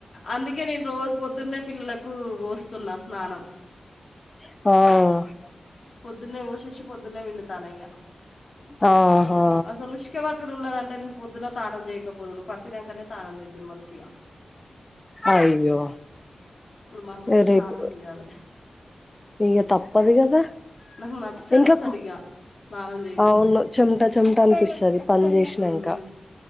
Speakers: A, on the left; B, on the left.
A: అందుకే నేను రోజు పొద్దున్నే పిల్లలకు పోస్తున్నా స్నానం.
B: హౌ
A: పొద్దున్నే పోసేసి పొద్దున్నే పిండుతన్న ఇగా
B: ఆహా
A: అసలు క్కేపట్టుడు ఉన్నదంటే నేను పొద్దునా తానం చేయకపోదును పట్టినక్కనే తానం చేద్దును మంచిగా.
B: అయ్యో
A: ఇప్పుడు మళ్ళీ
B: యే
A: స్నానం
B: రేపు
A: చేయాలి
B: ఇగా తప్పదు కదా
A: నాకు నచ్చదు
B: ఇంకా
A: అసలు
B: పో
A: ఇక స్నానం చేయకపోతే
B: అవును చెమట చెమట అనిపిస్తాది పని చేసినంకా.
A: ఉమ్,